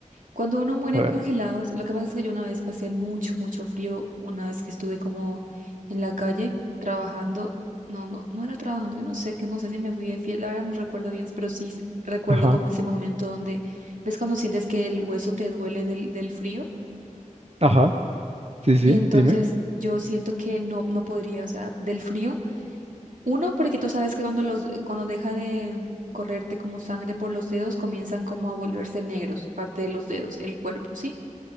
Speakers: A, on the right; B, on the right.
A: Cuando uno muere
B: A
A: congelados,
B: ver,
A: lo que pasa es que yo una vez pasé mucho, mucho frío, una vez que estuve como en la calle trabajando, no, no, no era trabajando, yo no sé, que no sé si me fui de fiel, la verdad no recuerdo bien, pero sí s- recuerdo
B: ajá,
A: como ese momento donde, ves cuando sientes que el hueso te duele del, del frío,
B: ajá, sí, sí,
A: y entonces
B: dime,
A: yo siento que no, no podría, o sea, del frío. Uno, porque tú sabes que cuando los, cuando deja de mm, correrte como sangre por los dedos, comienzan como a volverse negros, parte de los dedos, el cuerpo, ¿sí?